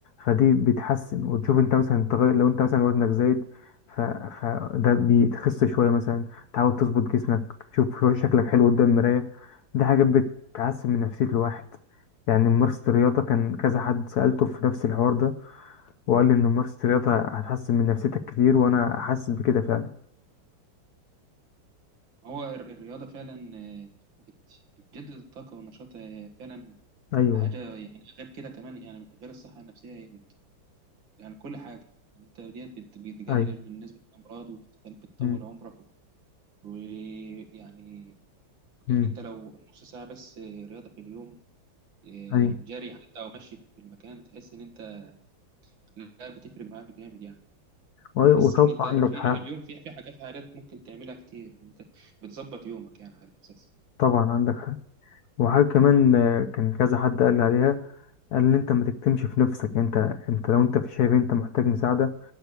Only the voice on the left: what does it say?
فدي بتحسن وتشوف أنت مثلا تغير لو أنت مثلا وزنك زايد ف... فده بتخس شوية مثلا تحاول تظبط جسمك تشوف شكلك حلو قدام المراية دي حاجة بتحسن من نفسية الواحد يعني ممارسة الرياضة كان كذا حد سألته في نفس الحوار ده وقال لي إن ممارسة الرياضة هتحسن من نفسيتك كتير وأنا حاسس بكده فعلا
أيوه
أيوه
مم.
مم.
أيوه
وأي-
وطبعا
عندك حق
طبعا عندك حق وحاجة كمان آه، كان كذا حد قال لي عليها قال إن أنت ما تكتمش في نفسك أنت أنت لو أنت في شايف أنت محتاج مساعدة